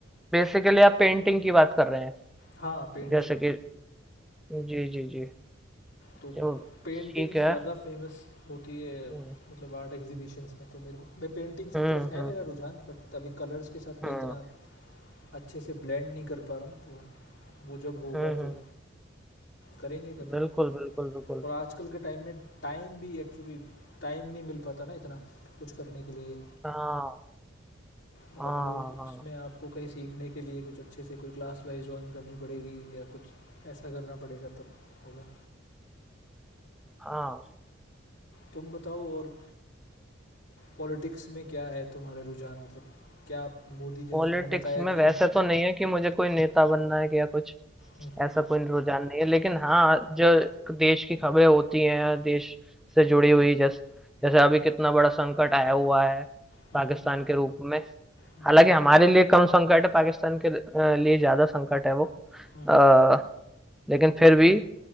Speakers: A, in the centre; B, on the left (about 60°).
A: बेसिकली आप पेंटिंग की बात कर रहे हैं
B: हाँ पेंटिंग
A: जैसे कि जी जी जी
B: तो
A: चलो
B: पेंटिंग्स
A: ठीक है
B: ज़्यादा फेमस होती है
A: हम्म
B: मतलब आर्ट एग्जीबिशंस में तो मेरे को मैं पेंटिंग्स की
A: हम्म
B: तरफ है
A: हम्म
B: मेरा रुझान बट अभी कलर्स के साथ मैं
A: हम्म
B: इतना अच्छे से ब्लेंड नहीं कर पा रहा हूँ तो वो जब होगा
A: हम्म हम्म,
B: तो करेंगे कभी
A: बिल्कुल बिल्कुल बिल्कुल
B: और आजकल के टाइम में टाइम भी एक्चुअली टाइम नहीं मिल पाता ना इतना कुछ करने के लिए
A: हाँ
B: मतलब
A: हाँ
B: वो
A: हाँ
B: उसमें आपको कहीं सीखने के लिए कुछ अच्छे से कोई क्लास वाइज ज्वाइन करनी पड़ेगी या कुछ ऐसा करना पड़ेगा तब होगा
A: हाँ हाँ।
B: तुम बताओ और पॉलिटिक्स में क्या है तुम्हारे रुझान मतलब क्या आप मोदी जैसे
A: पॉलिटिक्स
B: तुमने बताया
A: में
B: कि
A: वैसे
B: हम्म
A: तो नहीं है कि मुझे कोई नेता बनना है या कुछ
B: हम्म,
A: ऐसा कोई रुझान नहीं है लेकिन हाँ जो देश की खबरें होती हैं देश से जुड़ी हुई जैसे जैसे अभी कितना बड़ा संकट आया हुआ है
B: हम्म
A: पाकिस्तान
B: हम्म, हम्म
A: के रूप में
B: हम्म,
A: हालांकि हमारे लिए कम संकट है पाकिस्तान के अ, लिए ज्यादा संकट है वो
B: हम्म हम्म,
A: अ, लेकिन फिर भी